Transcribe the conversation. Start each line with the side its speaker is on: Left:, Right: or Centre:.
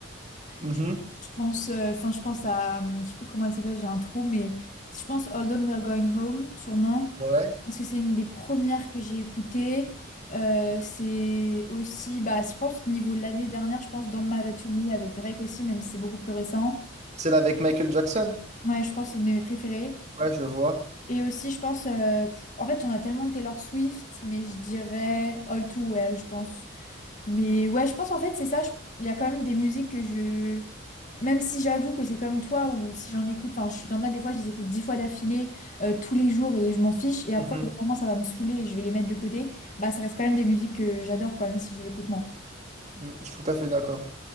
Right: Mhm.
Left: Je je pense, euh, enfin, je pense à, je sais plus comment elle s'appelle, j'ai un trou, mais je pense Hold On, We're Going Home, sûrement.
Right: Ouais.
Left: Parce que c'est une des premières que j'ai écoutées. Euh, c'est aussi, bah, je pense, niveau de l'année dernière, je pense, dans Matter to Me avec Drake aussi, même si c'est beaucoup plus récent.
Right: Celle avec Michael Jackson?
Left: Ouais, je pense que c'est une de mes préférées.
Right: Ouais, je vois.
Left: Et aussi, je pense, euh, pff, en fait, j'en ai tellement de Taylor Swift, mais je dirais All Too Well, je pense. Mais ouais, je pense en fait, c'est ça. je- Il y a quand même des musiques que je. Même si j'avoue que c'est comme toi, ou si j'en écoute, enfin, je suis il y en a des fois, je les écoute dix fois d'affilée, euh, tous les jours, et je m'en fiche. Et après,
Right: Mhm.
Left: au bout d'un moment, ça va me saouler et je vais les mettre de côté. Bah, ça reste quand même des musiques que j'adore, quoi, même si je les écoute moins.
Right: Mm, je suis tout à fait d'accord.